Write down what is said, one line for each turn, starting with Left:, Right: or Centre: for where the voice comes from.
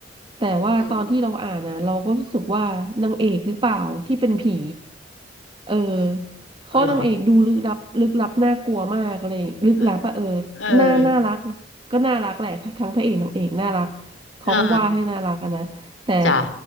Right: แต่ว่าตอนที่เราอ่านอ่ะเราก็รู้สึกว่านางเอกหรือเปล่าที่เป็นผี
Left: อืม
Right: เออข้อนางเอกดูลึกลับลึกลับน่ากลัวมากเลยลึกลับอะเออ
Left: เหรอเออเออ
Right: น่าน่ารักก็น่ารักแหละทั้งพระเอกนางเอกน่ารักเขาก็วาดให้น่ารักอะนะแต่
Left: อ่าจ้ะ